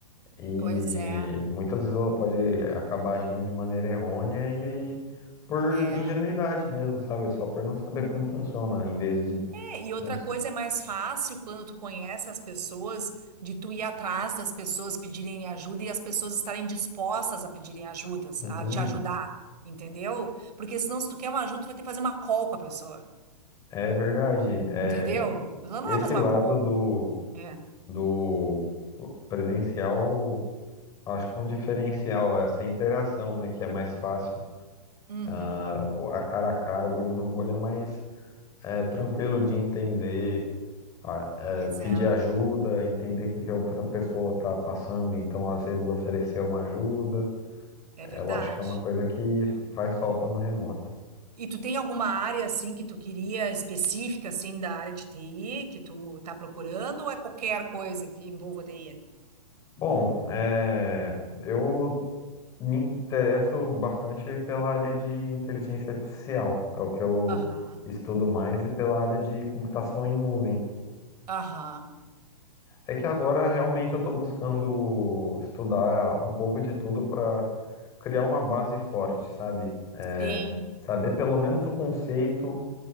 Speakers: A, on the left (about 15°); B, on the right (about 70°).
A: E
B: Pois é,
A: muitas vezes ela pode acabar agindo de maneira errônea e por
B: é.
A: ingenuidade mesmo, sabe? Só por não saber como funciona, em vez de
B: É, E outra
A: assim,
B: coisa é mais fácil quando tu conhece as pessoas, de tu ir atrás das pessoas pedirem ajuda e as pessoas estarem dispostas a pedirem ajudas,
A: Uhum,
B: a te ajudar, entendeu? Porque senão, se tu quer uma ajuda, tu vai ter que fazer uma call com a pessoa,
A: é verdade. É,
B: entendeu? A pessoa não
A: esse
B: vai fazer uma
A: lado
B: call.
A: do,
B: É.
A: do presencial, acho que é um diferencial, essa interação, né, que é mais fácil.
B: Uhum.
A: Ah, a cara a cara, o olho no olho é mais é, tranquilo de entender, ah, é,
B: Pois
A: pedir
B: é,
A: ajuda, entender o que que a outra pessoa está passando, então às vezes oferecer uma ajuda.
B: é
A: É,
B: verdade.
A: Eu acho que é uma coisa que faz falta no remoto.
B: E tu tem alguma área, assim, que tu queria específica, assim, da área de TI, que tu tá procurando, ou é qualquer coisa que envolva TI?
A: Bom, é, eu Me interesso bastante pela área de inteligência artificial, é o que eu
B: Aham,
A: estudo mais, e pela área de computação em nuvem.
B: aham.
A: É que agora realmente eu estou buscando estudar um pouco de tudo para criar uma base forte, sabe?
B: Sim.
A: Saber pelo menos o conceito